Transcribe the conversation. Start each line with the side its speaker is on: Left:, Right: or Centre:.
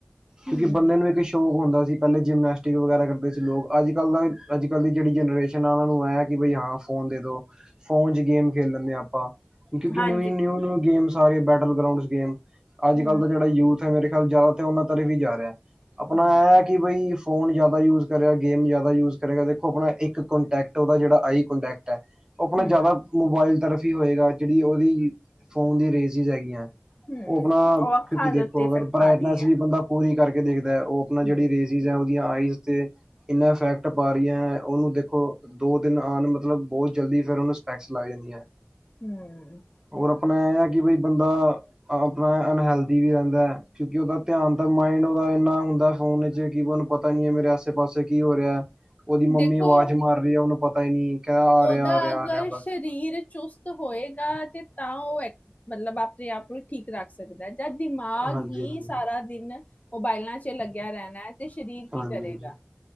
Left: ਹੂੰ,
Right: ਕਿਉਂਕਿ, ਬੰਦੇ ਨੂੰ ਇੱਕ ਸ਼ੌਕ ਹੁੰਦਾ ਸੀ। ਪਹਿਲੇ ਜਿਮਨੈਸਟਿਕ ਵਗੈਰਾ ਕਰਦੇ ਸੀ ਲੋਕ, ਅੱਜ ਕੱਲ ਅੱਜ ਕੱਲ ਦੀ ਜਿਹੜੀ ਜਨਰੇਸ਼ਨ ਇਹਨਾਂ ਨੂੰ ਇਹ ਹੈ ਕਿ, ਬਈ ਹਾਂ ਫੋਨ ਦੇ ਦੋ। ਫੋਨ ਚ ਗੇਮ ਖੇਲ ਲੈਂਦੇ ਹਾਂ ਆਪਾਂ, ਕਿਉਂਕਿ ਨਿ
Left: ਹਾਂ,
Right: ਨਿਊ, ਨਿਊ ਗੇਮ ਸਾਰੇ ਬੈਟਲ ਗਰਾਊਂਡਸ ਗੇਮ ਅੱਜ-
Left: ਹੂੰ,
Right: ਕੱਲ੍ਹ ਦਾ ਜਿਹੜਾ ਯੂਥ ਐ, ਮੇਰੇ ਖ਼ਿਆਲ ਚ ਜ਼ਿਆਦਾ ਉਹਨਾਂ ਤਰਫ ਈ ਜਾ ਰਿਹਾ।
Left: ਹੂੰ,
Right: ਆਪਣਾ ਇਹ ਆ ਕਿ ਬਈ ਫੋਨ ਜਿਆਦਾ ਦਾ ਯੂਜ ਕਰਿਆ ਗੇਮ ਜ਼ਿਆਦਾ ਯੂਜ ਕਰੇਗਾ ਦੇਖੋ ਆਪਣਾ ਇੱਕ ਕੋਂਟੈਕਟ ਉਹਦਾ ਜਿਹੜਾ ਆਈ ਕੋਂਟੈਕਟ ਉਹ ਆਪਣਾ
Left: ਹੂੰ,
Right: ਜ਼ਿਆਦਾ ਮੋਬਾਇਲ ਤਰਫ ਹੀ ਹੋਏਗਾ ਜਿਹੜੀ ਉਹ ਇਜੀ ਫੋਨ ਦੀਆਂ ਰੇਜਿਸ ਹੈਗੀਆਂ ਉਹ
Left: ਹੂੰ।
Right: ਆਪਣਾ
Left: ਉਹ ਅੱਖਾਂ
Right: ਕਿਉਂਕਿ ਦੇਖੋ
Left: ਦੇ ਉੱਤੇ ਇਫੈਕਟ
Right: ਅਗਰ ਬਰਾਈਟਨੈਸ
Left: ਪਾ ਰਹੀ ਐ,
Right: ਵੀ ਬੰਦਾ ਪੂਰੀ ਕਰਕੇ ਦੇਖਦਾ ਐ ਉਹ ਆਪਣਾ ਜਿਹੜੀ
Left: ਹੂੰ,
Right: ਰੇਜਿਸ ਹੈ ਉਹ ਆਈਜ਼ ਤੇ ਇੰਨਾ ਇਫੈਕਟ ਪਾ ਰਹੀਆਂ, ਉਹਨੂੰ ਉਹਨੂੰ ਦੋ ਦਿਨ ਆਣ ਮਤਲਬ ਬਹੁਤ ਜਲਦੀ ਫੇਰ ਉਹਨੂੰ ਸਪੈਕਸ ਲੱਗ ਜਾਂਦੀ ਆ।
Left: ਹੂੰ।
Right: ਹੋਰ ਆਪਣਾ ਇਹ ਆ ਕਿ ਬਈ ਬੰਦਾ ਆਪਣਾ ਅਨਹੈਲਦੀ ਵੀ ਰਹਿੰਦਾ। ਕਿਉਂਕਿ ਉਹ ਦਾ ਧਿਆਨ ਤਾ ਮਾਇੰਡ ਉਹਦਾ ਇੰਨਾ ਹੁੰਦਾ ਫੋਨ ਜੇ ਕੀਵਨ ਪਤਾ ਨੀ ਆ, ਮੇਰੇ ਆਸੇ-ਪਾਸੇ ਕੀ ਹੋ ਰਿਹਾ? ਉਹਦੀ ਮੰਮੀ
Left: ਦੇਖੋ,
Right: ਆਵਾਜ਼ ਉਹਨੂੰ ਪਤਾ ਹੀ ਨਹੀਂ ਕਹਿ ਆ
Left: ਉਹਦਾ
Right: ਰਿਹਾ ਆ ਰਿਹਾ
Left: ਅਗਰ
Right: ਆ ਰਿਹਾ ਬਸ
Left: ਸਰੀਰ ਚੁਸਤ ਹੋਏਗਾ ਤੇ ਤਾਂ ਉਹ ਮਤਲਬ ਆਪਣੇ ਆਪ ਨੂੰ ਠੀਕ ਰੱਖ ਸਕਦਾ ਏ। ਇਹਦਾ ਦਿਮਾਗ
Right: ਹਾਂਜੀ
Left: ਹੀ
Right: ਹਾਂਜੀ
Left: ਸਾਰਾ ਦਿਨ ਮੋਬਾਇਲਾਂ ਚ ਲੱਗਿਆ ਰਹਿਣਾ ਐ। ਸਰੀਰ ਕੀ
Right: ਹਾਂਜੀ
Left: ਕਰੇਗਾ,
Right: ਹਾਂਜੀ